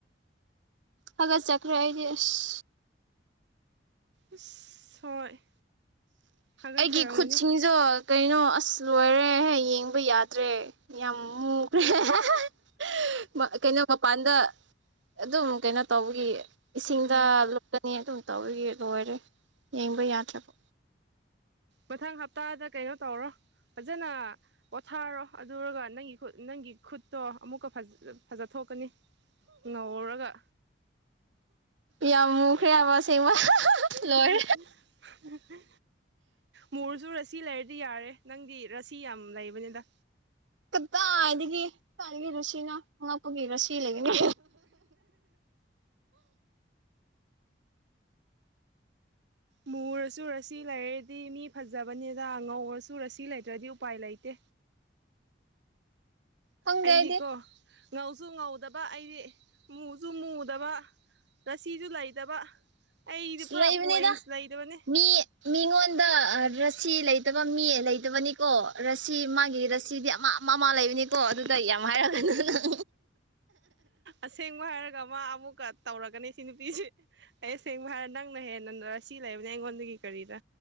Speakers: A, on the right; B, on the right.
A: ꯍꯒꯠ ꯆꯀ꯭ꯔꯦ ꯑꯩꯗꯤ ꯑꯁ
B: ꯑꯁ ꯍꯣꯏ ꯍꯥꯒꯠꯆꯔꯝꯒꯅꯤ
A: ꯑꯩꯒꯤ ꯈꯨꯠꯁꯤꯡꯁꯨ ꯀꯩꯅꯣ ꯑꯁ ꯂꯣꯏꯔꯦ ꯌꯦꯡꯕ ꯌꯥꯗ꯭ꯔꯦ ꯌꯥꯝꯃꯨ <unintelligible> ꯀꯩꯅꯣ ꯃꯄꯥꯟꯗ ꯑꯗꯨꯝ ꯀꯩꯅꯣ ꯇꯧꯕꯒꯤ ꯏꯁꯤꯡꯗ
B: ꯎꯝ
A: ꯂꯨꯞꯀꯅꯤ ꯑꯗꯨꯝ ꯇꯧꯕꯒꯤ ꯂꯣꯏꯔꯦ ꯌꯦꯡꯕ ꯌꯥꯗ꯭ꯔꯕ
B: ꯃꯊꯪ ꯍꯞꯇꯥꯗ ꯀꯩꯅꯣ ꯇꯧꯔꯣ ꯐꯖꯅ ꯄꯣꯊꯥꯔꯣ ꯑꯗꯨꯔꯒ ꯅꯪꯒꯤ ꯈꯨꯠ ꯅꯪꯒꯤ ꯈꯨꯠꯇꯣ ꯑꯃꯨꯛꯀ ꯐꯖ ꯐꯖꯊꯣꯛꯀꯅꯤ ꯉꯧꯔꯒ
A: ꯌꯥꯝ ꯃꯨꯈ꯭ꯔꯦꯕ ꯑꯁꯦꯡꯕ
B: ꯍꯨꯍꯨꯍꯨ
A: ꯂꯣꯏꯔꯦ
B: ꯃꯨꯔꯁꯨ ꯔꯥꯁꯤ ꯂꯩꯔꯗꯤ ꯌꯥꯔꯦ ꯅꯪꯗꯤ ꯔꯥꯁꯤ ꯌꯥꯝ ꯂꯩꯕꯅꯤꯗ
A: ꯀꯗꯥꯏꯗꯒꯤ ꯀꯥꯏꯗꯒꯤ ꯔꯁꯤꯅꯣ ꯑꯉꯛꯄꯒꯤ ꯔꯁꯤ ꯂꯩꯒꯅꯤ
B: ꯃꯨꯔꯁꯨ ꯔꯁꯤ ꯂꯩꯔꯗꯤ ꯃꯤ ꯐꯖꯕꯅꯤꯅ ꯉꯧꯔꯁꯨ ꯔꯁꯤ ꯂꯩꯇ꯭ꯔꯗꯤ ꯎꯄꯥꯏ ꯂꯩꯇꯦ
A: ꯈꯪꯗꯦ
B: ꯑꯩꯗꯤꯀꯣ
A: ꯑꯩꯗꯤ
B: ꯉꯧꯁꯨ ꯉꯧꯗꯕ ꯑꯩꯗꯤ ꯃꯨꯁꯨ ꯃꯨꯗꯕ ꯔꯥꯁꯤꯁꯨ ꯂꯩꯇꯕ ꯑꯩꯗꯤ
A: ꯑꯁ
B: ꯄꯨꯔꯥ
A: ꯂꯩꯕꯅꯤꯗ
B: ꯄꯣꯏꯟꯁ ꯂꯩꯗꯕꯅꯦ
A: ꯃꯤ ꯃꯤꯉꯣꯟꯗ ꯔꯁꯤ ꯂꯩꯇꯕ ꯃꯤ ꯂꯩꯇꯕꯅꯤꯀꯣ ꯔꯁꯤ ꯃꯥꯒꯤ ꯔꯁꯤꯗꯤ ꯑꯃ ꯑꯃ ꯃꯥ ꯂꯩꯕꯅꯤꯀꯣ ꯑꯗꯨꯗ ꯌꯥꯝ ꯍꯥꯏꯔꯛꯀꯅꯨ ꯅꯪ
B: ꯑꯁꯦꯡꯕ ꯍꯥꯏꯔꯒ ꯃꯥ ꯑꯃꯨꯛꯀ ꯇꯧꯔꯛꯀꯅꯤ ꯁꯤ ꯅꯨꯄꯤꯁꯦ ꯑꯩ ꯑꯁꯦꯡꯕ ꯍꯥꯏꯔꯒ ꯅꯪꯅ ꯍꯦꯜ ꯅꯪꯅ ꯔꯥꯁꯤ ꯂꯩꯥꯕꯅꯦ ꯑꯩꯉꯣꯟꯗꯒꯤ ꯀꯔꯤꯔ